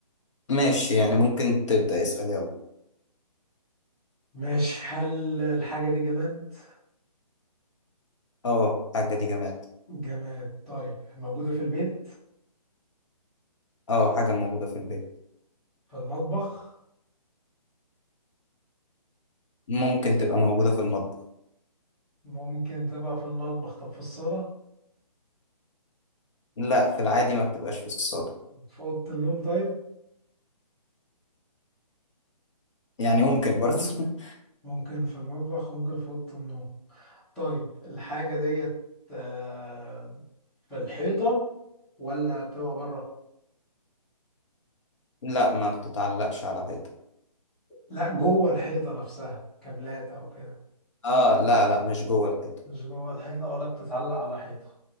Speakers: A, on the left; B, in the centre.
A: ماشي يعني ممكن تبدأ اسأل يلا
B: ماشي هل الحاجة دي جماد؟
A: اه حاجة دي جماد
B: جماد طيب موجودة في البيت
A: اه حاجة موجودة في البيت
B: في المطبخ
A: ممكن تبقى موجودة في المطبخ
B: ممكن تبقى في المطبخ طب في الصالة
A: لا في العادي ما بتبقاش في الصالة
B: في أوضة النوم طيب
A: يعني ممكن برضه <laughs>
B: ممكن في المطبخ ممكن في أوضة النوم طيب الحاجة ديت آه، في الحيطة ولا بتبقى بره
A: لا ما بتتعلقش على حيطة
B: لا جوه الحيطة نفسها كابلات أو كده
A: اه لا لا مش جوه الحيطة
B: مش جوه الحيطة ولا بتتعلق على حيطة